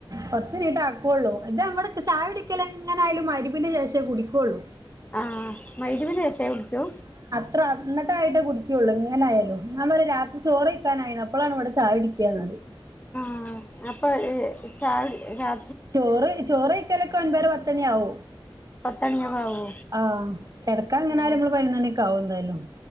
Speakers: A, on the right; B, on the left.
A: കൊർച്ചയ്ഞ്ഞിട്ടേ ആക്കുള്ളു ഇതാ ഇവിടെത്തെ ചായകുടിക്കല് എങ്ങനായാലും മഗ്രിബിന്റെ ശേഷേ കുടിക്കുള്ളൂ
B: ആഹ് മഗ്‌രിബിന് ശേഷേ കുടിക്കൂ
A: ത്ര ന്നിട്ടായിട്ടേ കുടിക്കുള്ളൂ എങ്ങനായാലും ഞമ്മള് രാത്രി ചോറെയ്ക്കാനായിണ് അപ്പളാണ് ഇവിടെ ചായകുടിക്കാ എന്ന് പറയും
B: ആഹ് അപ്പൊ ഏഹ് ചായകുടി രാ
A: ചോറ് ചോറെയ്ക്കലൊക്ക ഒൻപതര പത്ത്മണി ആവും
B: പത്തണിയൊക്കെ ആവോ
A: ആഹ് കെടക്കാൻ എങ്ങനാലും
B: ആഹ്
A: നമ്മള് പതിനൊന്ന് മണിയൊക്കെ ആവും എന്തായാലും